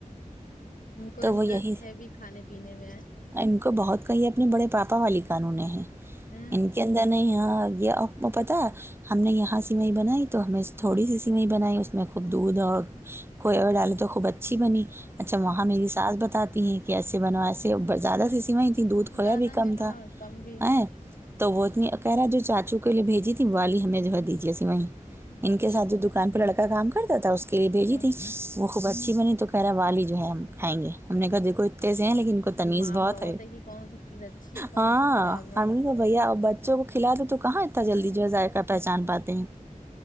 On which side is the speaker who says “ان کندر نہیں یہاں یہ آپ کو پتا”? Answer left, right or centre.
Right